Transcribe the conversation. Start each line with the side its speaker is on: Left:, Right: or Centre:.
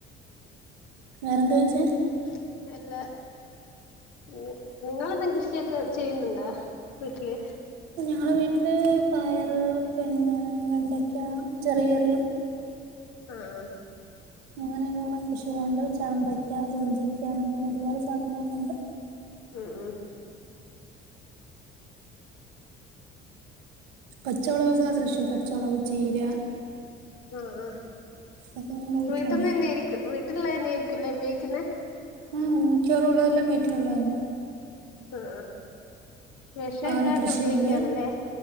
Right: വേറെന്ത ചോയിച്ചേ?
Left: പിന്നെ അല്ല നി നിങ്ങളന്നും കൃഷിയൊക്കെ ചെയ്യുന്നുണ്ടോ? വീട്ടില്?
Right: നമ്മുടെ വീട്ടില് പയറ് പിന്നെ വെണ്ടയ്ക്ക ചെറിയറിയം.
Left: ആഹ്.
Right: അങ്ങനെയുള്ള കൃഷികളുണ്ട് ചാമ്പയ്ക്ക പുഞ്ചിക്ക അങ്ങനെ ഒരുപാട് സാധനങ്ങളൊക്കെ ഉണ്ട്.
Left: ഉം ഉം.
Right: പച്ചൊളകൊക്കെ കൃഷി പച്ചോളക്, ചീര
Left: അ ആ
Right: ഇതൊക്കെ ഞങ്ങളുടെ വീട്ടിലുണ്ട്
Left: വീട്ടിൽന്ന് തന്നെ ആയിരിക്കും വീട്ടുള്ള തന്നെ ആയിരിക്ക ക്കില്ല ഉപയോഗിക്കുന്ന
Right: ഉം മിക്കറുംള്ളതല്ലേ വീട്ടിലുള്ളന്നെ
Left: അ ആ വെഷംല്ലാണ്ട്
Right: വാഴ കൃഷിയുണ്ട്
Left: ഉപയോഗിക്കാലല്ലേ